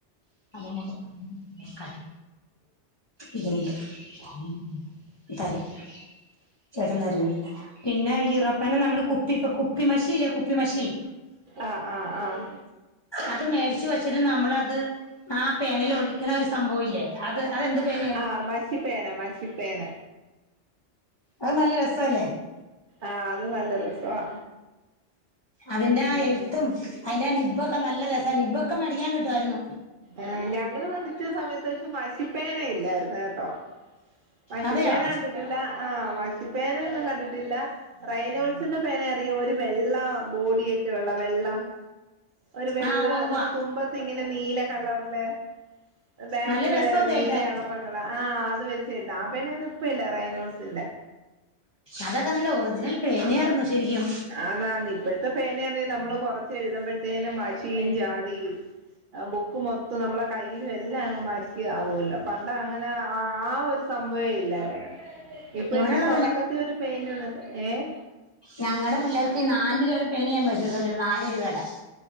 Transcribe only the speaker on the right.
ആഹ് ആഹ് ആഹ്
ആഹ് മശിപ്പേന മശിപ്പേന
ആഹ് അത് നല്ല രസവാ.
ഉം
ആ ഞങ്ങള് പഠിച്ച സമയത്ത് വച്ച് മശിപ്പേന ഇല്ലായിര്ന്ന് കെട്ടോ. മഷി
പേന കണ്ട്ണ ല്ല ആ മഷിപ്പേന ഒന്നും കണ്ടിട്ടില്ല. റൈനോൾസിന്റെ പേന അറിയോ ഒരു വെള്ള ബോഡിയൊക്കെ ഉള്ള വെള്ള ഒരു വെള്ള
ഇന്നട്ട്
തുമ്പത്ത് ഇങ്ങനെ നീല കളറ്ല് ബേക്കില്
നീലയാണോ
പ ർപിള ആഹ് അത് വെച്ചെഴ്ത. ആ പേനെ ഒന്നു ഇപ്പല്ല റൈനോൾസിന്റെ
ആന്നാന്ന് ഇപ്പഴത്തെ പേന ആന്ന് നമ്മള് കൊറച്ച് എഴുതുമ്പഴത്തേനും മഷിയും ചാടി. ബുക്ക് മൊത്തം നമ്മളെ കയ്യിലും എല്ലാം അങ്ങ് മഷി ക്കി ആവൊല്ലോ. പണ്ട് അങ്ങനെ ആ ഒരു സംഭവേ ഇല്ലായിരുന്നു. ഇപ്പഴെത്തെ
തൊടക്കത്തി ഒരു പെയിന്റ് ആണത് ഏഹ്.